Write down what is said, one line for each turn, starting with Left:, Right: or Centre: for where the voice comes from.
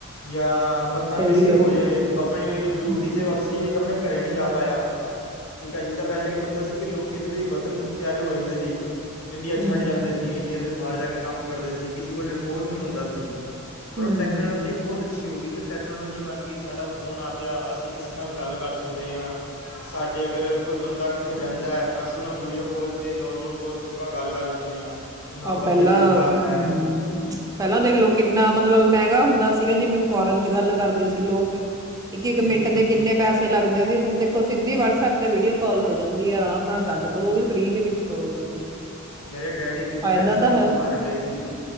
Left: ਜਾਂ ਬੰਦਾ
Right: ਸਹੀ
Left: ਮਿਸਿੰਗ
Right: ਗੱਲ
Left: ਹੋ ਜੇ ਆਪਣੀ ਡਿਊਟੀ
Right: ਹਮ
Left: ਤੇ ਵਾਪਸੀ ਆਪਣੇ ਘਰੇ ਨਹੀਂ ਜਾ ਪਾਇਆ ਠੀਕ ਹੈ, ਜਿੱਦਾਂ ਪਹਿਲੇ ਕੀ ਹੁੰਦਾ ਸੀ ਕਿ ਲੋਕ ਇੱਧਰ ਦੇ ਵਤਨ ਪਿਆਰੇ ਹੋ ਜਾਂਦੇ ਸੀ। ਇੰਡੀਆ
Right: ਹਮ
Left: ਛੱਡ ਜਾਂਦੇ ਸੀ ਇੰਡੀਅਨ ਬਾਹਰ ਜਾ ਕੇ ਕੰਮ ਕਰਦੇ ਸੀ, ਕਿਸੇ ਕੋਲ ਰਿਕੋਰਡ ਨਹੀਂ ਹੁੰਦਾ ਸੀ ਪਰ
Right: ਹਮ
Left: ਉਹ ਟੈਕਨੋਲੋਜੀ ਬਹੁਤ ਅੱਛੀ ਹੋਗੀ ਕਿ ਟੈਕਨੋਲੋਜੀ ਬਣ ਗਈ ਸਾਡਾ ਫ਼ੋਨ ਆ ਗਿਆ ਅਸੀਂ ਕਿਸੇ ਨਾਲ ਗੱਲ ਕਰ ਸਕਦੇ ਹਾਂ ਸਾਡੇ ਅਗਰ ਕੋਈ ਬੰਦਾ ਕਿਤੇ ਰਹਿੰਦਾ ਅਸੀਂ ਉਹਨੂੰ ਵੀਡੀਓ ਕੋਲ ਤੇ ਨੋਰਮਲ ਕੋਲ ਤੇ ਆਪਾਂ ਗੱਲ ਕਰ ਲੈਂਦੇਂ ਹਾਂ ਕਿ ਹਾਂ
Right: ਉਹ
Left: ਬੰਦਾ
Right: ਪਹਿਲਾਂ,
Left: ਜਿੰਦਾ
Right: <inaudible>
Left: ਹੈ
Right: ਪਹਿਲਾਂ ਦੇਖਲਓ ਕਿੰਨਾ ਮਤਲਬ ਮੈਂ <unintelligible> ਹੁੰਦਾ ਸੀਗਾ ਜਿਵੇਂ ਫੋਰਨ ਚ ਗੱਲ ਕਰਦੇ ਸੀ ਲੋਕ ਇੱਕ-ਇੱਕ
Left: ਹੂੰ
Right: ਮਿੰਟ ਦੇ ਕਿੰਨੇ ਪੈਸੇ ਲੱਗਦੇ ਸੀ ਹੁਣ ਦੇਖੋ ਸਿੱਧੀ ਵਟਸਐਪ ਤੇ ਵੀਡੀਓ ਕਾਲ ਹੋ ਜਾਂਦੀ ਹੈ ਆਰਾਮ ਨਾਲ ਗੱਲ ਕਰੋ ਵੀ ਫਰੀ ਦੇ ਵਿੱਚ ਕਰੋ ਗੱਲ ਤੁਸੀਂ
Left: ਮੇਰੇ ਡੈਡੀ ਕਿਸੇ
Right: ਫਾਇਦਾ
Left: ਟਾਈਮ ਜਦੋਂ
Right: ਤਾਂ ਹੈ
Left: ਬਾਹਰ ਗਏ ਸੀ,